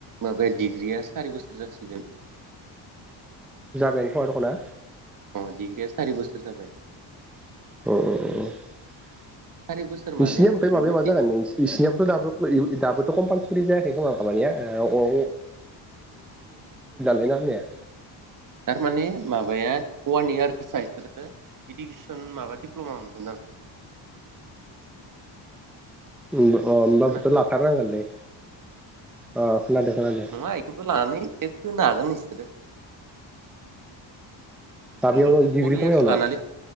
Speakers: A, on the right; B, in the centre.
A: माबाया डिग्रिया सारि बोसोर जासिगोन।
B: जाबायानो खोमा दखन ना।
A: अ डिग्रिया सारि बोसोर जाबाय।
B: अ - अ अ।
A: सारि बोसोर
B: इसिनिया
A: माने
B: ओमफ्राय
A: ओरैनो
B: माबाया माबा
A: थिन
B: जागोन इसिनिाबोथ दबो दाबोथ कमपाल। सुरि जायाखै खोमा मिबानिया अ अ इया।
A: थारमाने माबाया वान इयारसा इसोरो इडुकेसन माबा दिडप्ल'मा मोनगोन ओम
B: नंगौ। अ होमबाबोथ'
A: खोनादों
B: लाथारनांगोनलै। अ। खोनादों खोनादों
A: नङा इफोरखौ लानानै टेट होनो हागोन नों सोरो।
B: माबायावनो
A: माबाखौ
B: डिग्रि
A: फर इयार्स
B: खमायावनो
A: लानानै